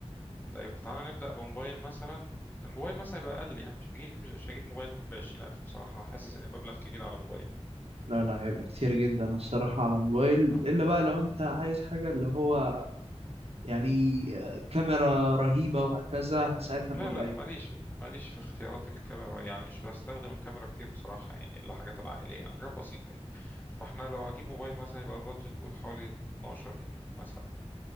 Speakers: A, on the left; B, on the right.
A: طيب تعالى نبدأ بموبايل مثلا الموبايل مثلا يبقى اقل يعني مش هجيب مش هجيب موبايل بعشرين الف بصراحة حاسس ان المبلغ كبير على موبايل
B: لا لا هيبقى كتير جدا الصراحة على موبايل
A: اه
B: إلا بقى لو أنت عايز حاجة اللي هو يعني آه، كاميرا رهيبة وهكذا ساعتها
A: لا
B: نقول
A: لا
B: أيوة
A: ماليش ماليش في اختيارات الكاميرا يعني مش بستخدم الكاميرا كتير بصراحة يعني إلا حاجات العائلية يعني حاجات بسيطة يعني فاحنا لو هجيب موبايل مثلا هيبقى البادجت قول حوالي 12 مثلا